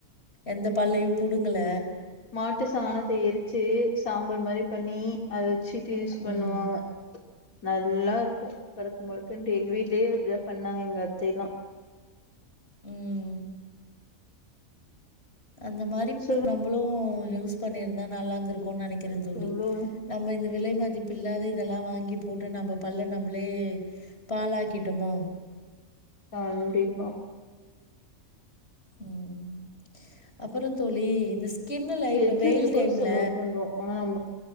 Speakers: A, on the left; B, on the left.
A: எந்த பல்லையு புடுங்கல
B: மாட்டு சாணத்த எருச்சு சாம்பல்மாரி பண்ணி அத வெச்சுட்டு யூஸ் பண்ணுவாங்க
A: ம்
B: நல்லாருக்கு கருக்கு முருக்குன்ட்டு எங்க வீடலயே அப்டிதா பண்ணாங்க எங்க அத்தைலா
A: ம் அந்தமாரி
B: சொல்லு
A: நம்மளு யூஸ் பண்ணிருந்தா நல்லாந்துருக் நெனைக்கிறே தோழி
B: எவ்ளோ
A: நம்ம இந்த விலை மதிப் பில்லாத இதெல்லா வாங்கி போட்டு நம்ப பல்ல நம்பளே பாலாக்கிட்டமோ
B: கண்டிப்பா
A: ம் அப்பறோ தோழி இந்த ஸ்கின்னுல இப்ப
B: எது
A: வெயில்
B: எதுக்கோ
A: டைம்ல
B: செலவு பண்றோ ஆனா நமக்கு